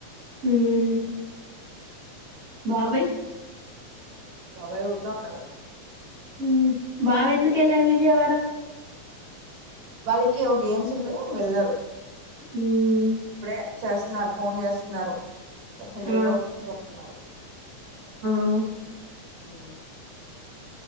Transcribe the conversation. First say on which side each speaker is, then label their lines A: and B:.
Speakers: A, on the right; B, on the right.
A: ఉమ్ బాబాయి
B: బాబాయ్ ఊర్లో ఉన్నారు
A: ఉమ్ బావ ఎందుకెళ్లాడు విజయవాడ
B: వాళ్ళకి ఏవో గేమ్స్ ఉంటే వెళ్లరు
A: ఉమ్
B: ఇప్పుడే చేస్తున్నారు ఫోన్ చేస్తున్నారు కొంచెం లేట్
A: ఆ
B: అవుతుందని చెప్తున్నారు
A: ఉ
B: ఉ